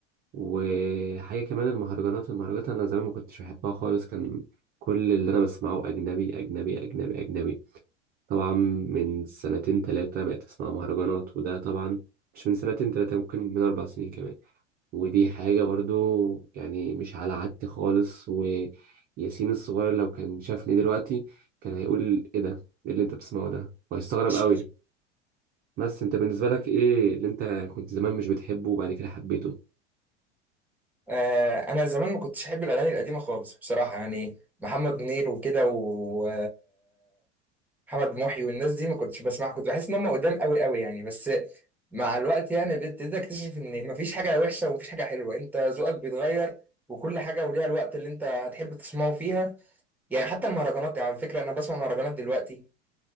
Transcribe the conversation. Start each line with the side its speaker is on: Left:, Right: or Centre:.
Right: وحاجة كمان المهرجانات المهرجانات أنا زمان ما كنتش بحبها خالص كان كل اللي أنا بسمعه أجنبي أجنبي أجنبي أجنبي طبعا من سنتين تلاتة بقيت أسمع مهرجانات وده طبعا مش من سنتين تلاتة ممكن من أربع سنين كمان ودي حاجة برضو يعني مش على عادتي خالص وياسين الصغير لو كان شافني دلوقتي كان هيقول إيه ده؟ إيه اللي أنت بتسمعه ده؟ وهيستغرب
Centre: <laughs>
Right: قوي. بس انت بالنسبة لك ايه اللي انت كنت زمان مش بتحبه وبعد كده حبيته
Centre: آه انا زمان ما كنتش احب الاغاني القديمه خالص بصراحه يعني محمد منير وكده و محمد محي والناس دي ما كنتش بسمعها كنت بحس ان هم قدام قوي قوي يعني بس مع الوقت يعني ابتديت اكتشف ان مفيش حاجه وحشه ومفيش حاجه حلوه انت ذوقك بيتغير وكل حاجه وليها الوقت اللي انت هتحب تسمعه فيها يعني حتى المهرجانات يعني على فكره انا بسمع مهرجانات دلوقتي